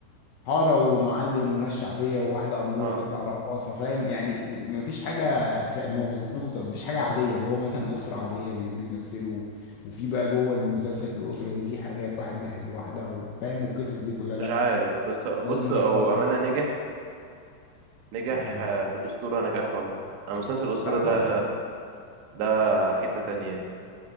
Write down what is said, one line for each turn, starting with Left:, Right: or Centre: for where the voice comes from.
Left: حارة ومعلم وناس شعبية وواحدة أمورة
Right: اه
Left: تطلع رقاصة فاهم يعني مفيش حاجة س- مظبوطة مفيش حاجة عادية اللي هو مثلا أسرة عادية بي- بيمثلوا وفي بقى جوه المسلسل في الأسرة دي في حاجات واحد بيحب واحدة وفاهم والقصص دي كلها لأ
Right: مش عارف بس بص
Left: لازم
Right: هو
Left: رقاصة
Right: بامانه نجح نجح
Left: اه
Right: آه، في الاسطوره نجاح رهيب آه، مسلسل الاسطوره
Left: لا طبعا
Right: ده ده حته تانية